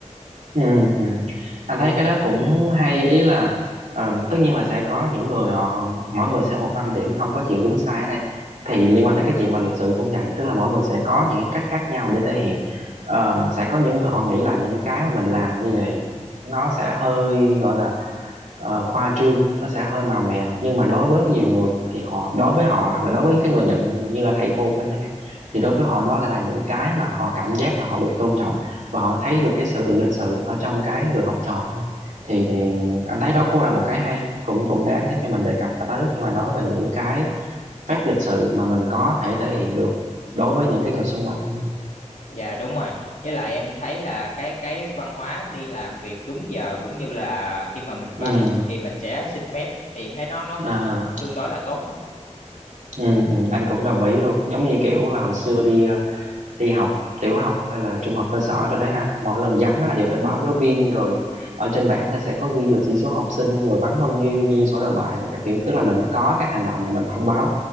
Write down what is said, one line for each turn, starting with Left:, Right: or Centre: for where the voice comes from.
Right: Ừ, ừ. Anh thấy cái đó cũng hay ý là ờ, tất nhiên là sẽ có những người họ mỗi người sẽ một quan điểm không có chuyện đúng sai ở đây thì liên quan tới cái chuyện mà lịch sự cũng vậy tức là mỗi người sẽ có những cái cách khác nhau để thể hiện Ờ, sẽ có những người họ nghĩ là những cái mà mình làm như vậy nó sẽ hơi gọi là ờ, khoa trương nó sẽ hơi màu mè nhưng mà đối với nhiều người thì họ đối với họ hoặc là đối với cái người nhận như là thầy cô của em chẳng hạn thì đối với họ đó lại là những cái mà họ cảm giác là họ được tôn trọng và họ thấy được cái sự lịch sự ở trong cái người học trò của mình thì thì anh thấy đó cũng là một cái hay cũng cũng đáng để cho mình đề cập tới khi mà nói về những cái phép lịch sự mà mình có thể thể hiện được đối với những cái người xung quanh của mình
Left: Dạ đúng rồi. Với lại em thấy là cái cái văn hóa đi làm việc đúng giờ cũng như là khi mà mình
Right: ừ,
Left: vắng thì mình sẽ xin phép thì em thấy nó nó cũng
Right: à,
Left: tương đối là tốt. á.
Right: ừ, ừ anh cũng đồng ý luôn giống như kiểu là hồi xưa đi đi học tiểu học hay là trung học cơ sở rồi đấy ha mỗi lần vắng là đều phải báo giáo viên rồi ở trên bảng là sẽ có ghi là chỉ số học sinh rồi vắng bao nhiêu ghi vô sổ đầu bài rồi các kiểu tức là mình có cái hành động là mình thông báo